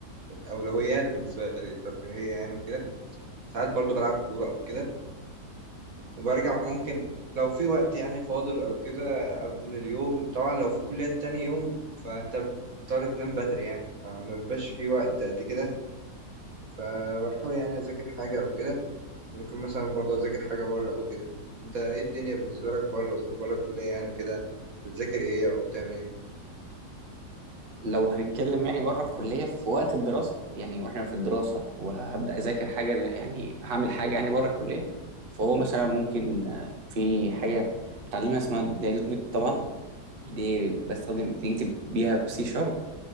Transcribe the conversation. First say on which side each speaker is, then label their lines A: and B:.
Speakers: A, on the right; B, on the right.
A: الأولويات بالنسبة لي الترفيهية يعني وكده ساعات برضو بلعب كورة أو كده وبرجع ممكن لو في وقت يعني فاضل أو كده قبل اليوم طبعا لو في كلية تاني يوم فأنت بتضطر تنام بدري يعني فما بيبقاش في وقت قد كده فبحاول يعني أذاكر حاجة أو كده ممكن مثلا برضو أذاكر حاجة بره أو كده أنت إيه الدنيا بالنسبة لك بره بره الكلية يعني وكده بتذاكر إيه أو بتعمل إيه؟
B: لو هنتكلم يعني بره الكلية في وقت الدراسة يعني واحنا في الدراسة وهبدأ اذاكر حاجة يعني هعمل حاجة يعني بره الكلية فهو مثلا ممكن آه، في حاجة بتعلمها اسمها اللي هي دوت نت طبعا دي بستخدم بنكتب بيها بسي شارب